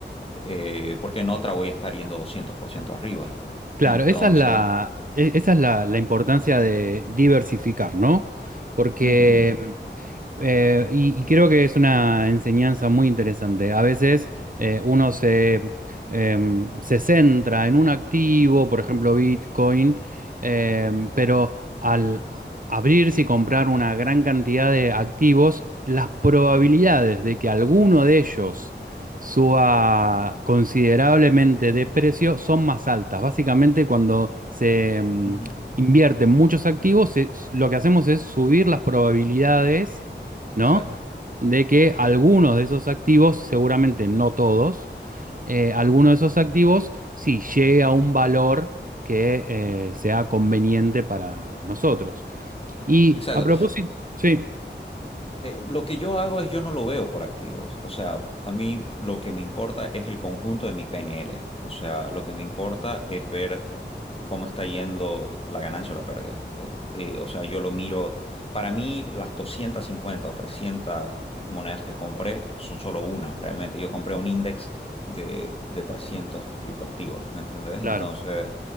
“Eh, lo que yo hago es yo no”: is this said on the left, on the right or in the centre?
Left